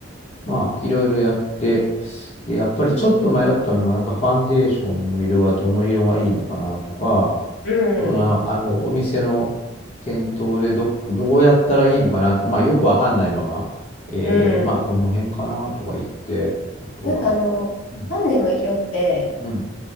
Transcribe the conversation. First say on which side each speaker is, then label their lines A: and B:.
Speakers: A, on the left; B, on the left.
A: まあ、いろいろやって、で、やっぱりちょっと迷ったのが、なんかファンデーションの色はどの色がいいのかなとか、
B: う
A: その、
B: ん、
A: あの、お店の店頭でど、どうやったらいいのかなって、まあ、よくわかんないまま、えー、
B: うん。
A: まあ、この辺かなとか言って、あとは、
B: なんかあの、
A: うん、
B: ハンデの色って、
A: うん、